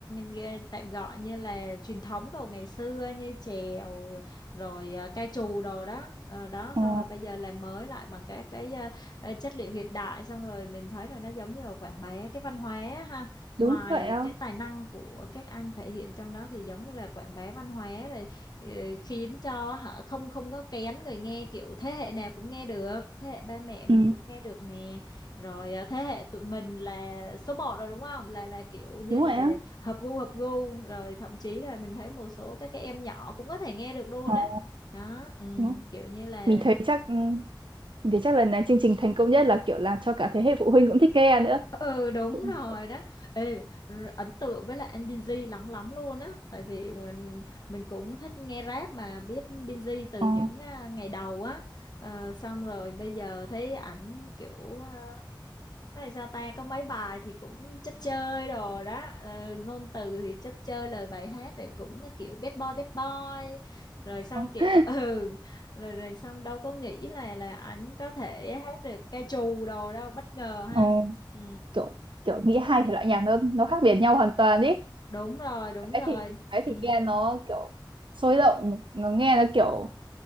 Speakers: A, on the left (about 55°); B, on the right (about 80°).
A: nghe- tạm gọi như là truyền thống đồ ngày xưa như chèo rồi ờ, ca trù đồ đó Ờ, đó xong
B: ờ
A: rồi bây giờ làm mới lại bằng các cái ờ, ờ, chất liệu hiện đại xong rồi mình thấy là nó giống như là quảng bá cái văn hóa á ha ngoài
B: đúng vậy á
A: cái tài năng của các anh thể hiện trong đó thì giống như là quảng bá văn hóa rồi ờ, khiến cho họ không không có kén người nghe kiểu thế hệ nào cũng nghe được thế hệ ba mẹ mình
B: ừ.
A: cũng nghe được nè rồi à, thế hệ tụi mình là số một rồi đúng không là là kiểu như
B: đúng
A: là
B: vậy á
A: hợp gu hợp gu rồi thậm chí là mình thấy một số các cái em nhỏ cũng có thể nghe được luôn
B: ờ
A: á đó ừ,
B: đúng.
A: kiểu như là
B: mình thấy chắc ừ, mình thấy chắc lần này chương trình thành công nhất là kiểu là cho cả thế hệ phụ huynh cũng thích nghe nữa
A: ừ đúng rồi
B: ờ
A: đó Ê, r- ấn tượng với lại anh Binz lắm lắm luôn á tại vì mình mình cũng thích nghe rap mà biết Binz từ
B: ờ
A: những à, ngày đầu á Ờ, xong rồi bây giờ thấy ảnh kiểu à, này sao ta có mấy bài thì cũng chất chơi đồ đó ờ, ngôn từ thì chất chơi lời bài hát rồi cũng kiểu bad boy bad boy rồi xong kiểu
B: ờ
A: <laughs> ừ rồi rồi xong đâu có nghĩ là là ảnh có thể hát được ca trù đồ đâu bất ngờ ha
B: ờ.
A: ừ
B: kiểu kiểu nghĩ hai thể loại nhạc nó nó khác biệt nhau hoàn toàn ý
A: đúng rồi đúng
B: cái
A: rồi
B: thì cái thì
A: ừ
B: nghe nó kiểu sôi động nó nghe nó kiểu